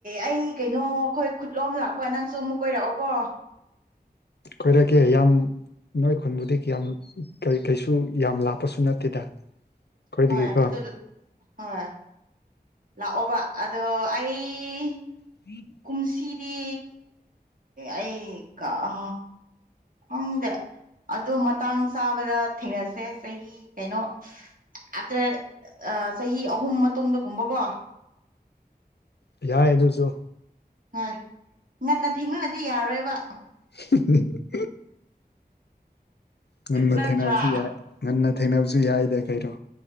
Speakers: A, on the right; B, on the left.
A: ꯑꯩ ꯀꯩꯅꯣ ꯑꯩꯈꯣꯏ ꯈꯨꯠꯂꯣꯝ ꯂꯥꯛꯄꯒ ꯅꯪꯁꯨ ꯑꯃꯨꯛ ꯀꯣꯏꯔꯛꯑꯣꯀꯣ
B: ꯈꯣꯏꯔꯛꯀꯦ ꯌꯥꯝ ꯅꯣꯏ ꯈꯨꯟꯕꯨꯗꯤ ꯀꯌꯥꯝ ꯀꯩ ꯀꯩꯁꯨ ꯌꯥꯝ ꯂꯥꯞꯄꯁꯨ ꯅꯠꯇꯦꯗ ꯑꯩꯈꯣꯏꯗꯒꯤꯀꯣ
A: ꯍꯣꯏ ꯑꯗꯨꯣ ꯍꯣꯏ ꯂꯥꯛꯑꯣꯕ ꯑꯗꯣ ꯑꯩ
B: <unintelligible>
A: ꯀꯨꯝꯁꯤꯗꯤ ꯑꯩ ꯀꯥꯍꯥ ꯈꯪꯗꯦ ꯑꯗꯣ ꯃꯇꯥꯡ ꯆꯥꯕꯗ ꯊꯦꯡꯅꯁꯦ ꯆꯍꯤ ꯀꯩꯅꯣ ꯑꯥꯇꯔ ꯑꯥ ꯆꯍꯤ ꯑꯍꯨꯝ ꯃꯇꯨꯡꯗꯒꯨꯝꯕꯀꯣ
B: ꯌꯥꯏ ꯑꯗꯨꯁꯨ
A: ꯍꯣꯏ ꯉꯥꯟꯅ ꯊꯦꯡꯉꯛꯑꯥꯗꯤ ꯌꯥꯔꯣꯏꯕ
B: <unintelligible> ꯉꯥꯟꯅ
A: ꯅꯠꯇ꯭ꯔꯥ
B: ꯊꯦꯡꯅꯕꯁꯨ ꯌꯥꯏ ꯉꯥꯟꯅ ꯊꯦꯡꯅꯕꯁꯨ ꯌꯥꯏꯗ ꯀꯩꯅꯣ